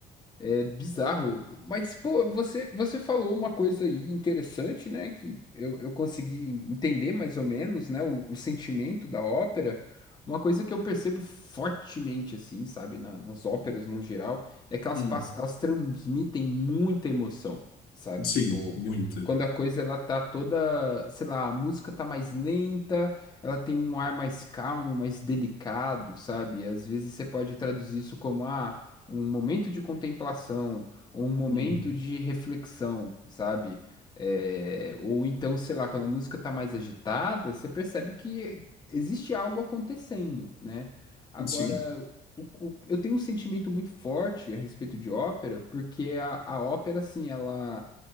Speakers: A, on the left; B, on the left.
A: É bizarro. Mas, pô, você, você falou uma coisa aí interessante, né? Que eu, eu consegui entender mais ou menos, né? O, o sentimento da ópera. Uma coisa que eu percebo fortemente, assim, sabe? na- nas óperas, no geral, é que elas,
B: Hum.
A: pass- elas transmitem muita emoção, sabe? Tipo,
B: Sim, muita
A: quando a coisa, ela tá toda, sei lá, a música tá mais lenta, ela tem um ar mais calmo, mais delicado, sabe? Às vezes você pode traduzir isso como, ah um momento de contemplação, ou um momento
B: Uhum.
A: de reflexão, sabe? É, ou então, sei lá, quando a música tá mais agitada, você percebe que existe algo acontecendo, né? Agora,
B: Sim.
A: o- o- eu tenho um sentimento muito forte a respeito de ópera, porque a, a ópera, assim, ela,